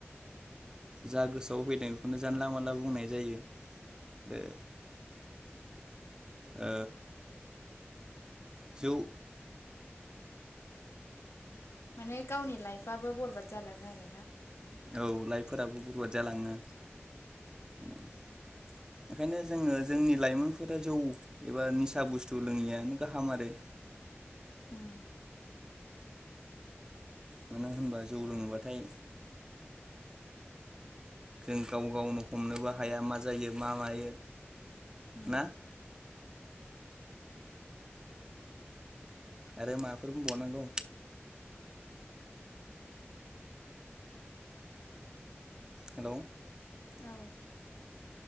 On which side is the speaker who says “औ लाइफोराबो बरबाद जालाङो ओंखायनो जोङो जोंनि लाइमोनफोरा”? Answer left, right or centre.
Right